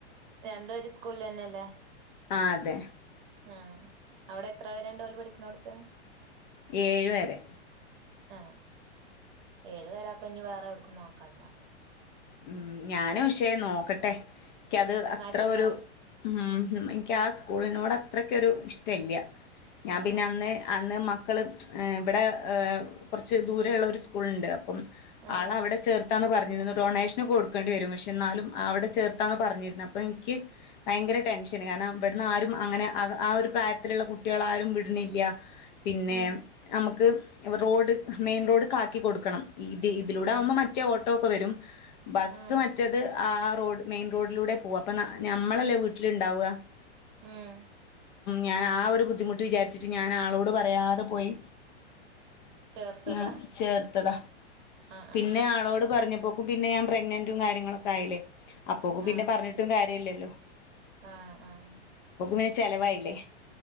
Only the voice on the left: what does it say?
ആ അതേ.
ഏഴുവരെ.
ഉം ഞാനുപക്ഷേ നോക്കട്ടെ. ക്കത് അത്ര
ഒരു ഉം ക്കാ സ്കൂളിനോടത്രക്കൊരു ഇഷ്ടല്ല്യ. ഞാമ്പിന്നന്നേ
അന്ന് മ ക്കള് ഏഹ് ഇബടെ ഏഹ് കൊറച്ച് ദൂരെള്ള ഒരു സ്കൂളുണ്ട്. കും
ആളവിടെ ചേർക്കാന്ന് പറ പിന്നിത് ഡോണ്ഷ് ച്ച് കൊടുക്കണ്ടിവരും പക്ഷേന്നാലും അവിടെ ചേർക്കാന്നു പറഞ്ഞിരുന്നു അപ്പം എനിക്ക് ഭയങ്കര ടെൻഷന് കാരണം ഇബിടുന്നാരും അങ്ങനെ ആ ആ ഒരു പ്രായത്തിലുള്ള കുട്ടികളാരേം വിടുന്നില്ല്യ. പിന്നേ
നമ്മക്ക് വിടെ റോഡ് മെയിൻ റോഡ്ക്കാക്കി കൊടുക്കണം. ഇത് ഇതിലൂടാവുമ്പം
മറ്റേ ഓ ട്ടോ ഇപ്പ വരും ബസ്സ്
മറ്റേത് ആ റോഡ് മെയിൻ റോഡിലൂടെയാ പോവാ അപ്പ ന ഞമ്മളല്ലേ വീട്ടിലിണ്ടാവുക
ഞാൻ ആ ഒരു ബുദ്ധിമുട്ട് വിചാരിച്ചിട്ട് ഞാൻ ആളോട് പറയാതെ പോയി
ഏഹ് ചേർത്തതാ
പിന്നെ
ആളോട് പറഞ്ഞു ഒക്കും പിന്നേം പ്രെഗ്നന്റും കാര്യങ്ങളും ഒക്കെ ആയില്ലേ അപ്പോക്ക്
പിന്നെ പറഞ്ഞിട്ടും കാര്യവില്ലല്ലോ
പിന്നെ ചെലവായില്ലേ